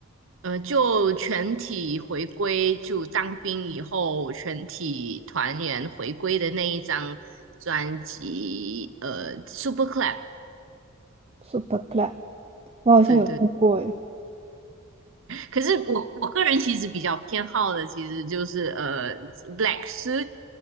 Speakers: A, on the right; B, on the right.
A: 呃，就全体回归，就当兵以后全体团员回归的那一张专辑，呃，Super Club，
B: ？Super Club，我好像有听过诶，
A: 对对可是我我个人其实比较偏好的，其实就是呃，Black Suit，